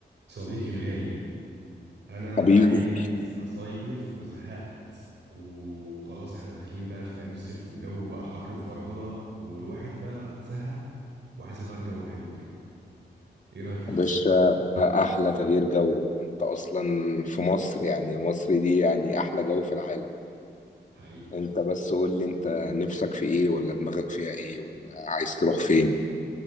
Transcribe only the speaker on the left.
حبيبي
يا باشا احلى تغيير جو انت اصلا في مصر يعني مصر دي يعني احلى جو في العالم
انت بس قول لي انت نفسك في ايه ولا دماغك فيها ايه ولا عايز تروح فين